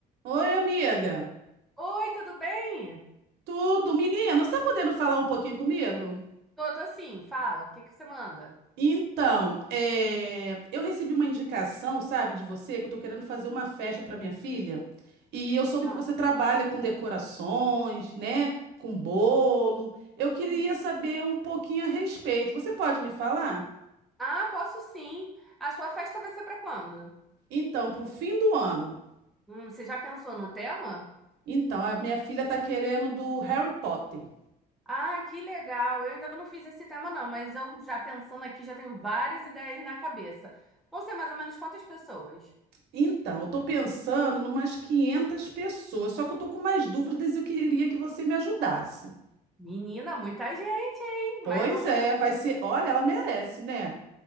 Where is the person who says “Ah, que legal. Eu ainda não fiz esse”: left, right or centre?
Centre